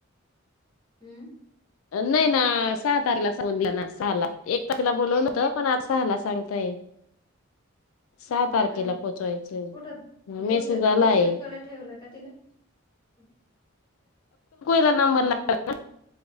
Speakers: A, on the left (about 20°); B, on the left (about 85°).
A: हम्म.
B: नाही ना सहा तारे <unintelligible> ना सहाला एक <unintelligible> होत पण आज सहाला सांगताय. सहा तारखेला
A: हा.
B: पोहोचवायचं
A: कुठं दुस
B: मेसेज आलाय
A: दुसरीकडे ठेवल का तिला. हम
B: ला नंबर लाग
A: मग